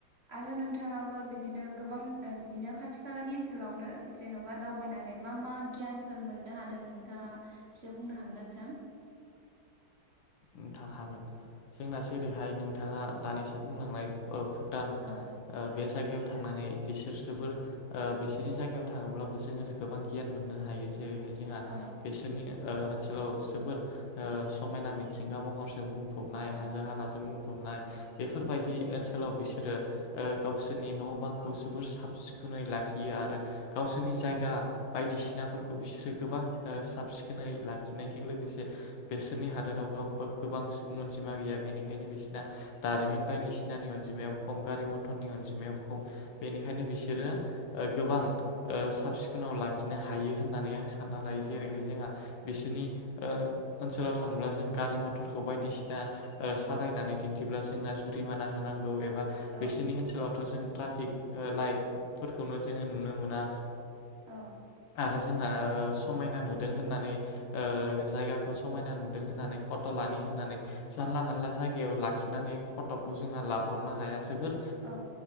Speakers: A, on the right; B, on the left.
A: आरो नोंथाङाबो बिदिनो गोबां बिदिनो खाथि खालानि ओनसोलावनो जेन'बा दावबायनानै मा मा गियानफोर मोननो हादों नोंथाङा एसे बुंनो हागोन नोंथां
B: औ थां हागोन जोंनासो ओेरैहाय नोंथाङा दानिसो बुंलांनाय भुटान
A: औ
B: <unintelligible> बेव थांनानै बिसोर जोबोर बिसोरनि जायगायाव थाङोब्लाबो जोङो गोबां गियान मोननो हायो जेरैहाय जोंहा
A: औ
B: बेसोरनि ओनसोलाव जोबोर समायना मिथिंगा महर जों बुंफबनाय
A: औ
B: हाजो हालाजों बुं बनाय बेफोरबायदि ओनसोलाव बिसोरो गावसोरनि ओ न' बांखौ जोबोर साब सिखोनै लाखियो आरो गावसोरनि जायगा बायदिसिनाफोरखौ बिसोरो गोबां साब सिखोनै लाखिनायजों लोगोसे बेसोरनि हादोराव गोबां सुबुं अनजिमा गैया बेनिखायनो बिसोरना दारिमिन बायदिसिनानि अनजिमायाबो खम गारि मथरनि अनजिमायाबो खम बेनिखायनो बिसोरो ओ गोबां ओ साब सिखोनाव लाखिनो हायो होननानै आं सानना लायो
A: औ
B: जेरैहाय जोंहा बिसोरनि <unintelligible> ओनसोलाव थाङोब्ला जों गारि मथरखौ बायदिसिना ओ सालायनानै दिन्थिब्ला जोंना जुरिमाना होनांगौ ए एबा
A: औ
B: बिसोरनि ओनसोलावथ' जों ट्राफिक ओ लाइट फोरफोरखौनो जोङो नुनो मोना।
A: औ
B: आरो। जोंहा समायना नुदों होननानै ओ जायगाखौ समायना नुदों होननानै फट' लानि होननानै जानला मोनला जायगायाव लाखिनानै फट'खौ जोंना लाब्रबनो हाया जोबोर
A: औ